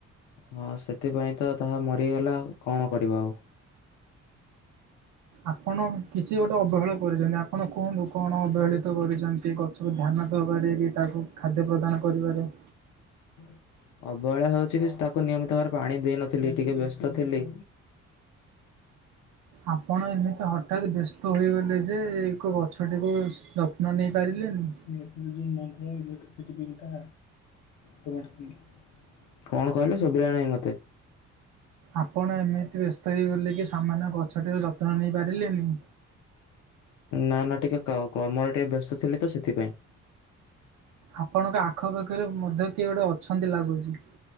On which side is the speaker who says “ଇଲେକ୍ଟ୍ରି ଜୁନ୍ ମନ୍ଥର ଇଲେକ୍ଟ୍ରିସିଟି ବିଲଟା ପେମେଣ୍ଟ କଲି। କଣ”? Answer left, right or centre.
Left